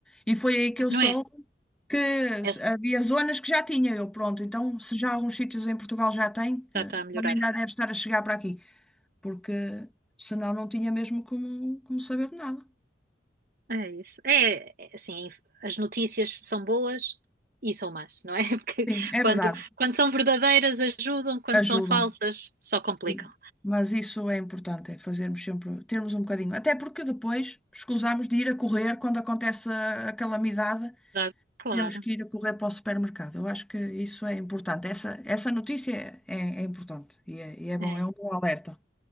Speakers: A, in the centre; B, on the right.
A: e foi aí que eu soube
B: não é?
A: que s-
B: É,
A: havia zonas que já tinha eu, pronto, então se já alguns sítios em Portugal já têm eh,
B: já está a melhorar.
A: também já deve estar a chegar para aqui, porque senão não tinha mesmo como, como saber de nada.
B: É isso. É, é, assim, as notícias são boas e são más, não é? <laughs> Porque
A: Sim, é
B: quando,
A: verdade,
B: quando são verdadeiras ajudam, quando
A: ajudam.
B: são falsas só complicam.
A: Sim. Mas isso é importante, é fazermos sempre, termos um bocadinho. Até porque depois escusamos de ir a correr quando acontece a, a calamidade,
B: Verdade? Claro.
A: temos que ir a correr para o supermercado. Eu acho que isso é importante. Essa, essa notícia é, é importante e é, e é bom,
B: É,
A: é um bom alerta.